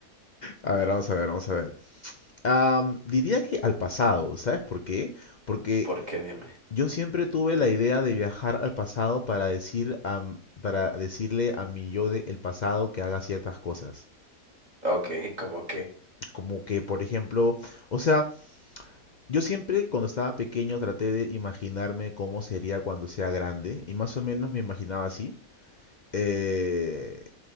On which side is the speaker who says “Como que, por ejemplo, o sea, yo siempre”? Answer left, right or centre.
Left